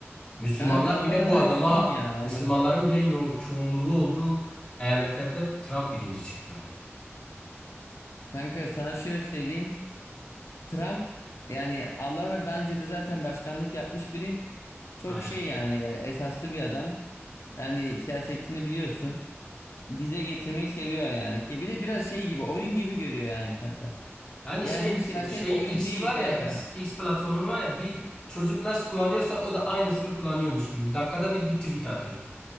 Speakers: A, on the left (about 15°); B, on the left (about 75°).
A: Müslümanlar
B: Kanka ama
A: bile
B: daha
A: bu adama,
B: kim ya Allah.
A: Müslümanların bile yo- çoğunluğu olduğu eyaletlerde Trump birinci çıktı.
B: Kanka sana şöyle söyleyeyim. Trump yani Allah var daha önce de zaten başkanlık yapmış biri. Çok
A: Aynen.
B: şey yani e, esaslı bir adam. Yani siyasetini biliyorsun. Dize getirmeyi seviyor yani. Ki bir de biraz şey gibi oyun gibi görüyor yani kanka.
A: Yani
B: Yani
A: şey
B: bu siyaset
A: şey
B: oyun
A: X'i
B: değil
A: var
B: kanka.
A: ya X, X platformu var ya bir çocuk nasıl kullanıyorsa o da aynısını kullanıyormuş gibi. Dakikada bir bir tweet atıyor.